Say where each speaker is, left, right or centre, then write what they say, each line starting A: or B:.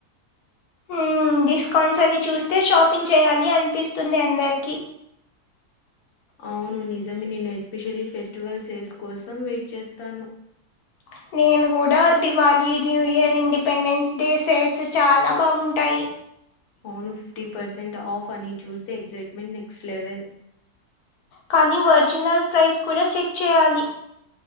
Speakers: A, on the left (about 75°); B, on the left (about 55°).
A: హ్మ్ డిస్కౌంట్స్ అని చూస్తే షాపింగ్ చేయాలి అనిపిస్తుంది అందరికి
B: అవును నిజమే నిను ఎస్పెషలీ ఫెస్టివల్ సేల్స్ కోసం వెయిట్ చేస్తాను
A: అ నేను కూడా Diwali new year independence day sales చాలా బాగుంటాయి
B: అవును ఫిఫ్టీ పర్సెంట్ ఆఫ్ అని చూస్తే ట్మెంట్ నెక్స్ట్ లెవెల్
A: కానీ ఒరిజినల్ ప్రైస్ కూడా చెక్ చేయాలి